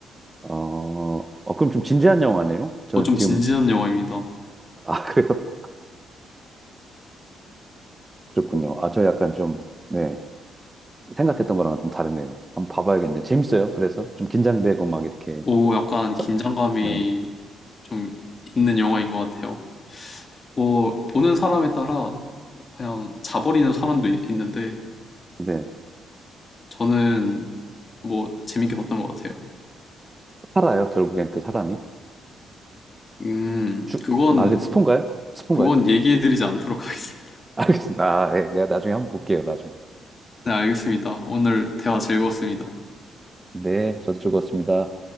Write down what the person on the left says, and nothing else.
어, 좀
진지한 영화입니다.
오, 약간
긴장감이
좀 있는 영화인 것 같아요. 뭐, 보는 사람에 따라 그냥 자버리는 사람도 이- 있는데,
저는 뭐, 재밌게 봤던 것 같아요.
음,
그건,
그건 얘기해드리지 않도록 <laughs> 하겠습니다.
네, 알겠습니다. 오늘 대화 즐거웠습니다.